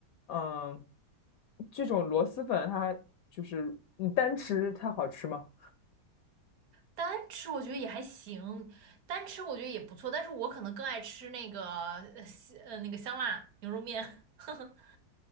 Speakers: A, on the left; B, on the right.
A: 嗯，这种螺蛳粉它就是你单吃它好吃吗？
B: 单吃我觉得也还行，单吃我觉得也不错，但是我可能更爱吃那个呃西呃那个香辣牛肉面。<laughs>